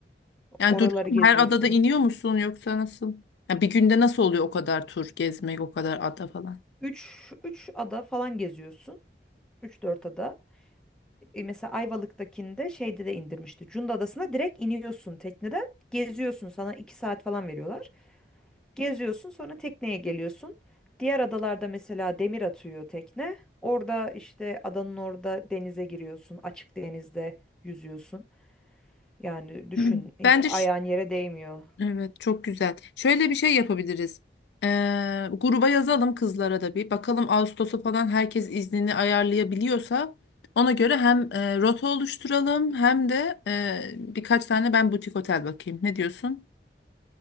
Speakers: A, on the left (about 75°); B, in the centre.
A: Yani
B: Oraları
A: duruyor mu?
B: geziyorsun.
A: Her adada iniyor musun yoksa nasıl? Ya bir günde nasıl oluyor o kadar tur gezmek, o kadar ada falan?
B: Üç, üç ada falan geziyorsun. üç dört ada. E, Mesela Ayvalık'takinde şeyde de indirmişti. Cunda Adası'na direkt iniyorsun tekneden. Geziyorsun sana 2 saat falan veriyorlar. Geziyorsun sonra tekneye geliyorsun. Diğer adalarda mesela demir atıyor tekne. Orada işte adanın orada denize giriyorsun. Açık denizde yüzüyorsun. Yani düşün
A: Hmm.
B: hiç
A: Bence
B: ayağın
A: ş-
B: yere değmiyor.
A: evet çok güzel. Şöyle bir şey yapabiliriz. Ee, gruba yazalım kızlara da bir. Bakalım Ağustos'a falan herkes iznini ayarlayabiliyorsa ona göre hem e, rota oluşturalım hem de e, birkaç tane ben butik otel bakayım. Ne diyorsun?